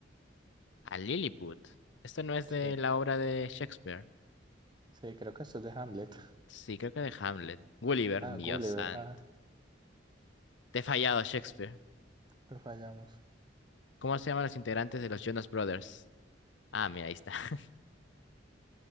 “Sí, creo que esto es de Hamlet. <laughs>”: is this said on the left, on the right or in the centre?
Right